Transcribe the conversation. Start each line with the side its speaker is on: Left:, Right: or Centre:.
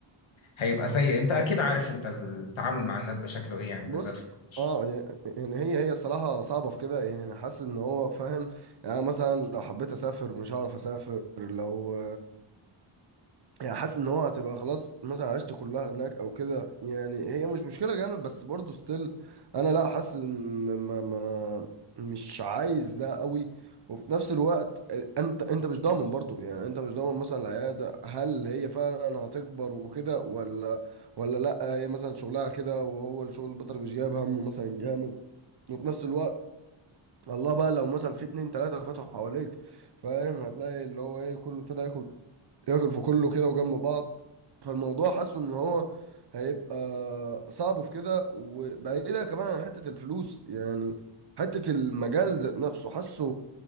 Left: هيبقى سيء أنت أكيد عارف أنت التعامل مع الناس ده شكله إيه يعني
Right: بص
Left: بالذات في اللارج.
Right: اه ي- يعني هي هي الصراحة صعبة في كده يعني حاسس ان هو فاهم يعني أنا مثلا لو حبيت اسافر مش هعرف اسافر لو يعني حاسس ان هو هتبقى خلاص مثلا عشت كلها هناك او كده يعني هي مش مشكله جامد بس برضه ستيل انا لا حاسس ان ما ما مش عايز ده قوي وفي نفس الوقت انت انت مش ضامن برضه يعني انت مش ضامن مثلا العياده هل هي فعلا هتكبر وكده ولا ولا لا هي مثلا شغلها كده وهو الشغل البيطري مش جايب همه مثلا جامد وفي نفس الوقت الله بقى لو مثلا في اتنين تلاته فتحوا حواليك فاهم هتلاقي اللي هو ايه كله ابتدى ياكل ياكل في كله كده وجنب بعض فالموضوع حاسه ان هو هيبقى صعب في كده وبعيدة كمان عن حتة الفلوس يعني حتة المجال ذات نفسه حاسه